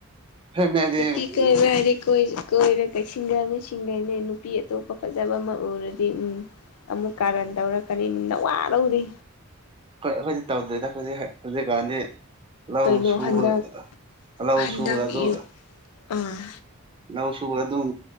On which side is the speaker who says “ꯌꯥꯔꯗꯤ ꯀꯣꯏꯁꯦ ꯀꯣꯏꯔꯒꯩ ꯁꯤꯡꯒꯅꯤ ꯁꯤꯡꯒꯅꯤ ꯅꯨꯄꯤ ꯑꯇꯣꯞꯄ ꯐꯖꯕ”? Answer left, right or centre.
Left